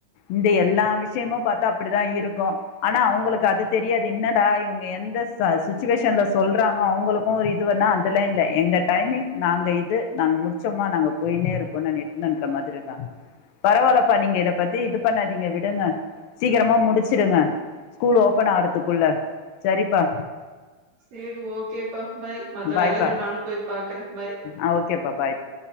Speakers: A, on the left; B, on the right.
A: இந்த எல்லா விஷயமு பாத்தா அப்டிதா இருக்கு ஆனா அவங்களுக்கு அது தெரியாது என்னடா இவங்க எந்த சிச்சுவேஷன்ல சொல்றாங்க அவங்களுக் மோரு இது வேனா அதில இல்ல எங்க டைமிங் நாங்க இது நாங்க முடிச்சோம்மா நாங்க போயினே இருப்போ நானே நன்ற மாதிரிதா பரவா இல்லப்பா நீங்க இத பத்தி இது பண்ணாதீங்க விடுங்க சீக்கரமா முடிச்சிடுங்க ஸ்கூல் ஓபன் ஆறதுக்குள்ள சரிப்பா
B: சேரி ஓகேப்பா பாய் மத்த
A: பாய்ப்பா
B: வேலயல்லா நானு போய் பாக்குற பாய்
A: ஆ ஓகேப்பா பாய்பா